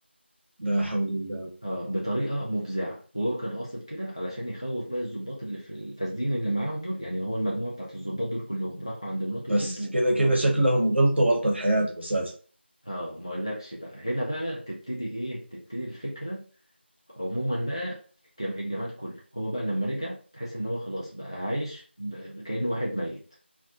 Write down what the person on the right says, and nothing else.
لا حول
بس
كده كده
شكلهم غلطوا غلطة حياته أساسا